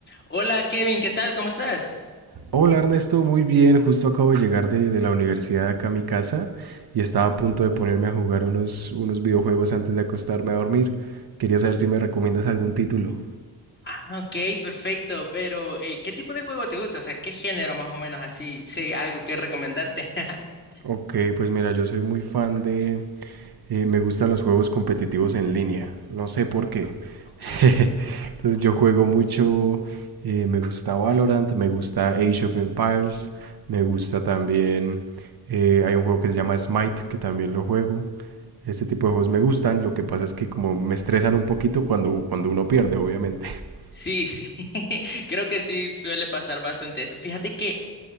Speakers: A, on the left (about 25°); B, on the right (about 60°).
A: Hola Kevin, ¿qué tal? ¿Cómo estás?
B: Hola Ernesto, muy bien. Justo acabo de llegar de, de la universidad acá a mi casa y estaba a punto de ponerme a jugar unos, unos videojuegos antes de acostarme a dormir. Quería saber si me recomiendas algún título.
A: Ah, ok, perfecto. Pero, eh, ¿qué tipo de juego te gusta? O sea, ¿qué género más o menos así? Sé algo que recomendarte. <laughs>
B: Ok, pues mira, yo soy muy fan de... eh, me gustan los juegos competitivos en línea. No sé por qué.
A: Ok.
B: <laughs> Entonces yo juego mucho... eh, me gusta Valorant, me gusta Age of Empires, me gusta también... eh, hay un juego que se llama Smite, que también lo juego. Este tipo de juegos me gustan, lo que pasa es que como me estresan un poquito cuando, cuando uno pierde, obviamente. <laughs>
A: Sí, sí. <laughs> Creo que sí suele pasar bastante eso. Fíjate que